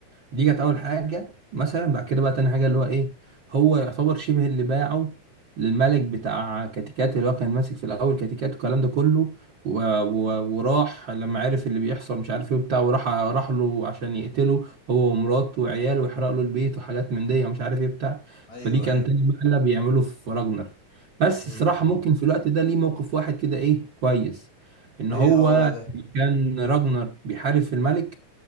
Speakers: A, on the right; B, on the left.
A: دي كانت اول حاجه مثلا بعد كده بقى تاني حاجه اللي هو ايه هو يعتبر شبه اللي باعه للملك بتاع كاتيكات اللي هو كان ماسك في الاول كاتيكات والكلام ده كله و... و... وراح لما عرف اللي بيحصل مش عارف ايه وبتاع وراح راح له عشان يقتله هو ومراته وعياله ويحرق له البيت وحاجات من دي ومش عارف ايه بتاع
B: ايوه
A: فدي كان
B: ايوه
A: تاني مقلب بيعمله في راجنر بس
B: ايوه
A: الصراحه ممكن في الوقت ده ليه موقف واحد كده ايه كويس ان
B: ايه
A: هو
B: هو ده
A: كان راجنر بيحارب في الملك